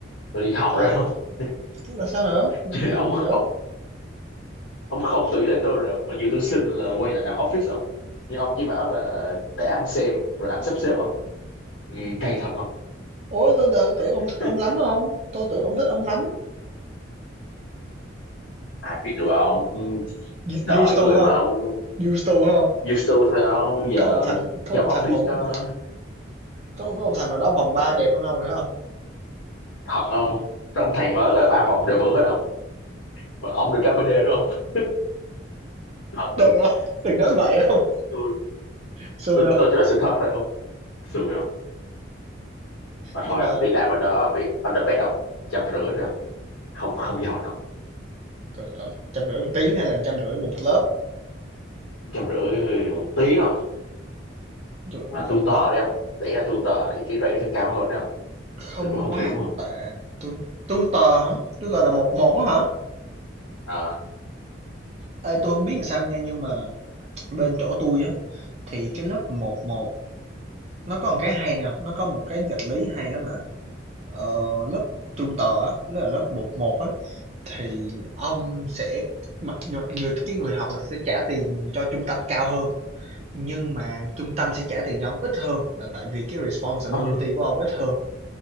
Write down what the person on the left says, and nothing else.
tôi đi học
rồi không <laughs>
chứ ông
ông ông không tủy là tôi rồi mặc dù tôi xin là quay lại làm office ông nhưng ông chỉ bảo là để anh xem rồi anh sắp xếp không nghe cay thật không
<laughs>
ai biết được ông
đời
người mà
ông
used to thôi ông giờ
trong
office
đó
thật không trong thầy mới là ba vòng đều bự hết không và ông được cái bê đê đúng không thật
ừ
tôi
đúng
tôi
tôi,
tôi chỉ nói sự thật thôi ông. xui không mà thôi
không đi làm ở đó bị underpaid không trăm rưỡi thôi không không không giòn không
trăm rưỡi một tiếng không
là
tutor
đấy không lẽ là tutor
thì cái rate nó phải cao hơn đấy không
tôi cũng không
hiểu luôn
à
ờ